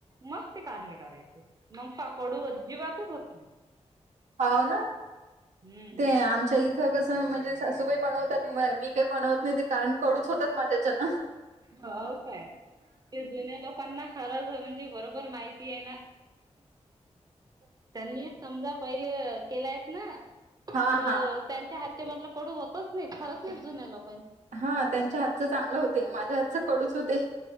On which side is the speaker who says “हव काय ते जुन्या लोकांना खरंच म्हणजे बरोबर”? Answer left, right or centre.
Right